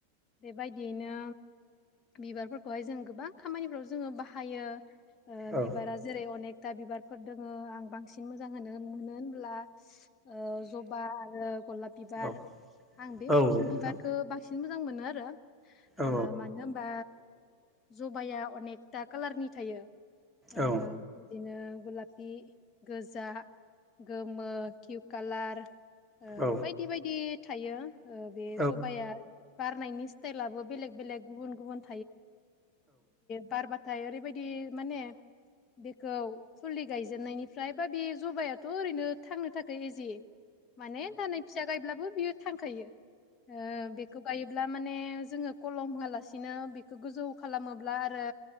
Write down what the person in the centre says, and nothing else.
औ
औ
औ नोंथां
औ
औ
औ
औ